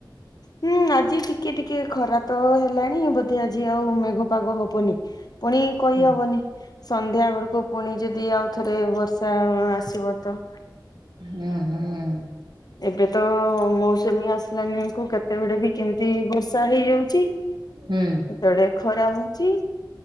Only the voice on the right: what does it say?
ହୁଁ
ଉଁ ହୁଁ।
ହୁଁ।